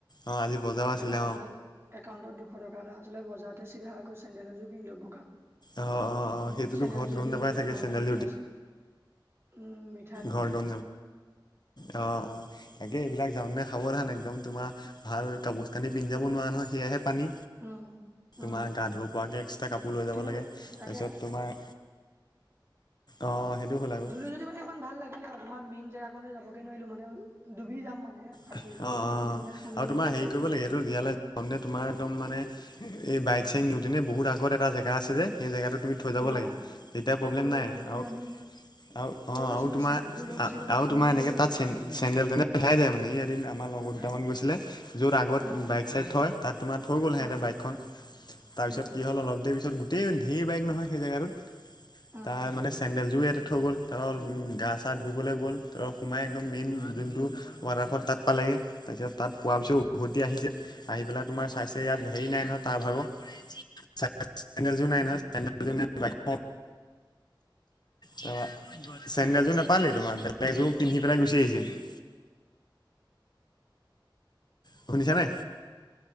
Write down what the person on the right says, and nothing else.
একাউণ্টত,
একাউন্টত দুশ টকা এটা আছিলে, বজাৰতে চিধা আকৌ চেণ্ডেল এযোৰ কিনিলো বগা।
চেণ্ডেল
এযোৰ
পিন্ধি
পেলাই
ঘৰলে
মিঠা- চিঠাই, উম, মি
উম, উম,
উম,
কিন্তু
তাকে
ধূলো যদি মানে অকমান ভাল লাগিলে আৰু। তোমাৰ মেইন জেগা কনলৈ যাবগে নোৱাৰিলো, মানে ডুবি যাম মানে। সাঁতুৰি
যাব
লাগে কিন্তু মানে ফোন
লৈ
গ'লো
যেন
অ',
এই থৈ
গ'লো কিন্তু
আমি
থৈ
গৈছিলো
চেন্দেলযোৰ লৈ গুচি গ'লো
ফোন
লৈ
গ'লো
হে
অ',
অ',
অ',
অ'।
<inaudible>
<inaudible>